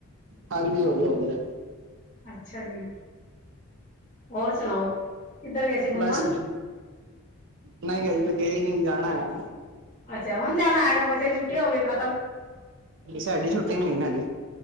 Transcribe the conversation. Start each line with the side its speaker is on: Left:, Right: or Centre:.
Right: ਹਾਦੀ ਹੋ ਗਿਆ ਹੋ ਗਿਆ
Left: ਅੱਛਾ ਜੀ ਹੋਰ ਸੁਣਾਓ? ਕਿੱਧਰ ਗਏ ਸੀ ਘੁੰਮਣ?
Right: ਬੱਸ ਨਹੀਂ <unintelligible> ਨਹੀਂ ਜਾਣਾ ਹੈ।
Left: ਅੱਛਾ ਹੁਣ ਜਾਣਾ ਹੈਗਾ ਬੱਚੇ ਦੀ ਛੁੱਟੀ ਹੋ ਗਈ ਖਤਮ
Right: ਨਹੀਂ ਸਾਡੀੇ ਛੁੱਟੀ ਨੀ ਨ ਹੈਗੀ